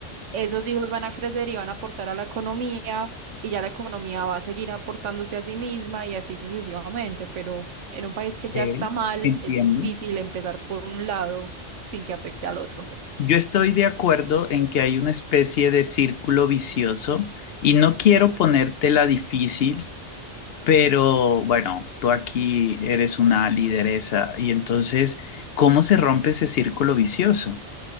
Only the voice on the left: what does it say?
ok,
entiendo.
Yo estoy de acuerdo en que hay una especie de círculo vicioso y no quiero ponértela difícil, pero bueno, tú aquí eres una lideresa y entonces, ¿cómo se rompe ese círculo vicioso?